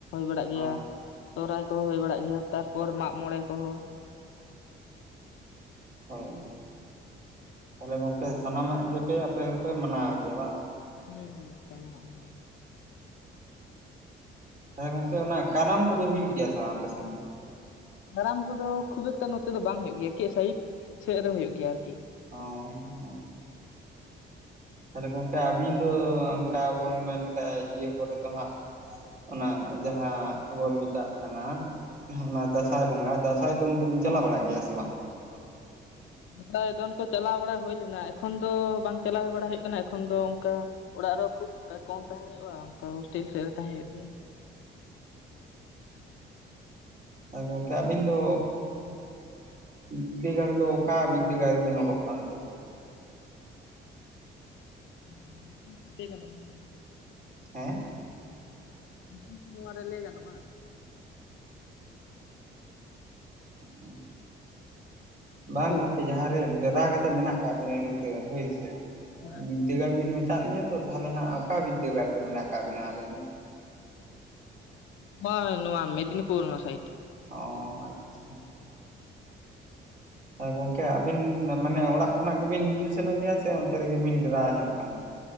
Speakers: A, on the left; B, on the right.
A: ᱵᱟᱲᱟᱜ
B: ᱦᱮᱸ
A: ᱜᱮᱭᱟ ᱥᱚᱨᱚᱦᱟᱭ ᱠᱚ ᱦᱩᱭ ᱵᱟᱲᱟᱜ ᱜᱮᱭᱟ᱾ ᱛᱟᱨᱯᱚᱨ ᱢᱟᱜ ᱢᱚᱬᱮ ᱠᱚᱦᱚᱸ ᱾
B: ᱦᱳᱭᱛᱚ᱾ ᱛᱟᱦᱚᱞᱮ ᱜᱚᱝᱠᱮ ᱥᱟᱱᱟᱢᱟᱜ ᱜᱮᱯᱮ ᱟᱯᱮ ᱦᱚᱸᱯᱮ ᱢᱟᱱᱟᱣ ᱜᱮᱭᱟ ᱵᱟᱝ?
A: ᱦᱮᱸ ᱦᱩᱸ ᱥᱟᱱᱟ ᱢᱟᱜ ᱜᱮ᱾
B: ᱛ ᱜᱚᱝᱠᱮ ᱚᱱᱟ ᱠᱟᱨᱟᱢ ᱠᱚᱫᱚ ᱦᱩᱭᱩᱜ ᱜᱮᱭᱟ ᱥᱮ ᱵᱟᱝ ᱟᱯᱮ ᱥᱮᱱ?
A: ᱠᱟᱨᱟᱢ ᱠᱚᱫᱚ ᱠᱷᱩᱵ ᱮᱠᱴᱟ ᱱᱚᱛᱮ ᱫᱚ ᱵᱟᱝ ᱦᱩᱭᱩᱜ ᱜᱮᱭᱟ ᱥᱟᱭᱤᱰ ᱥᱮᱫ ᱨᱮ ᱦᱩᱭᱩᱜ ᱜᱮᱭᱟ ᱟᱨᱠᱤ
B: ᱚᱻ ᱛᱟᱦᱚᱞᱮ ᱜᱚᱝᱠᱮ ᱟᱵᱤᱱ ᱫᱚ ᱚᱱᱠᱟ ᱵᱚᱱ ᱢᱮᱱ ᱞᱮᱠᱷᱷᱟ ᱤᱭᱟᱹ ᱠᱚᱨᱮ ᱫᱚ ᱦᱟᱸᱜ ᱚᱱᱟ ᱡᱟᱦᱟᱸ ᱵᱚᱱ ᱢᱮᱛᱟᱜ ᱠᱟᱱᱟ ᱚᱱᱟ ᱫᱟᱸᱥᱟᱭ ᱵᱚᱸᱜᱟ ᱫᱟᱸᱥᱟᱭ ᱫᱚ ᱩᱱᱠᱩᱵᱤᱱ ᱪᱟᱞᱟᱣ ᱵᱟᱲᱟᱜ ᱜᱮᱭᱟ ᱥᱮ ᱵᱟᱝ?
A: ᱫᱟᱭ ᱫᱚᱚᱱ ᱠᱚ ᱪᱟᱞᱟᱣ ᱵᱟᱲᱟ ᱦᱩᱭ ᱞᱮᱱᱟ ᱮᱠᱷᱚᱱ ᱫᱚ ᱵᱟᱝ ᱪᱟᱞᱟᱣ ᱦᱩᱭ ᱵᱟᱲᱟ ᱦᱩᱭ ᱠᱟᱱᱟ ᱮᱠᱷᱚᱱ ᱫᱚ ᱚᱱᱠᱟ ᱚᱲᱟᱜ ᱨᱮ ᱠᱷᱩᱵ ᱛᱟ ᱠᱚᱢ ᱛᱟᱦᱮᱸ ᱦᱩᱭᱩᱜᱼᱟ ᱚᱱᱠᱟ ᱦᱳᱥᱴᱮᱞ ᱥᱮᱫ ᱨᱮ ᱛᱟᱸ ᱦᱩᱭᱩᱜ ᱜᱮᱭᱟ ᱾
B: ᱦᱚ ᱜᱚᱢᱠᱮ ᱟᱹᱵᱤᱱ ᱫᱚ ᱵᱤᱫᱽᱫᱟᱹᱜᱟᱲ ᱫᱚ ᱚᱠᱟ ᱵᱤᱫᱽᱫᱟᱹᱜᱟᱲ ᱨᱮᱵᱤᱱ ᱚᱞᱚᱜ ᱠᱟᱱᱛᱮ?
A: <unintelligible>
B: ᱦᱮᱸ
A: ᱧᱩᱛᱩᱢ ᱠᱤ ᱱᱚᱣᱟ ᱨᱮ ᱞᱟᱹᱭ ᱜᱟᱱᱚᱜᱼᱟ?
B: <unintelligible> ᱵᱟᱝ
A: ᱦᱮᱞᱳ
B: ᱜᱚᱝᱠᱮ ᱡᱟᱦᱟᱸᱨᱮ ᱰᱮᱨᱟ ᱠᱟᱛᱮ ᱢᱮᱱᱟᱜ ᱠᱟᱜ ᱵᱤᱱᱟ ᱱᱤᱛᱚᱜ ᱦᱳᱭᱥᱮ
A: ᱦᱮᱸ
B: ᱛᱤᱜᱟᱲ ᱵᱤᱱ ᱢᱮᱛᱟᱜ ᱞᱤᱧᱟ ᱛᱚ ᱛᱟᱦᱞᱮ ᱦᱟᱜ ᱚᱠᱟ ᱵᱤᱫᱽᱫᱟᱹᱜᱟᱲ ᱨᱮ ᱢᱮᱱᱟᱜ ᱟᱠᱟᱜ ᱵᱤᱱᱟ ᱟᱵᱮᱱ ᱫᱚ?
A: ᱵᱟᱝ ᱱᱚᱣᱟ ᱢᱮᱫᱽᱱᱤᱯᱩᱨ ᱚᱱᱟ ᱥᱟᱭᱤᱴ᱾
B: ᱚᱸ ᱟᱪᱪᱷᱟ ᱾ ᱦᱚᱭ ᱜᱚᱝᱠᱮ ᱟᱹᱵᱤᱱ ᱢᱟᱱᱮ ᱚᱲᱟᱜ ᱠᱷᱚᱱᱟᱜ ᱜᱮᱵᱤᱱ ᱦᱤᱡᱩᱜ ᱥᱮᱱᱚᱜ ᱜᱮᱭᱟ ᱥᱮ ᱚᱱᱛᱮ ᱨᱮᱜᱮ ᱵᱤᱱ ᱰᱮᱨᱟ ᱧᱚᱜ ᱟᱠᱟᱱᱟ?